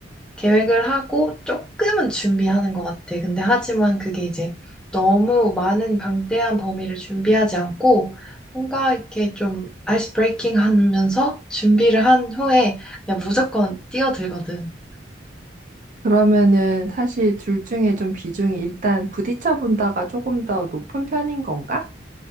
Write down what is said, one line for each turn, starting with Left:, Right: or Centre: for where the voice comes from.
Centre: 계획을 하고 조금은 준비하는 것 같아. 근데 하지만 그게 이제 너무 많은 방대한 범위를 준비하지 않고, 뭔가 이렇게 좀 아이스 브레이킹 하면서 준비를 한 후에 그냥 무조건 뛰어들거든.
Right: 그러면은 사실 둘 중에 좀 비중이 일단 부딪혀 본다가 조금 더 높은 편인 건가?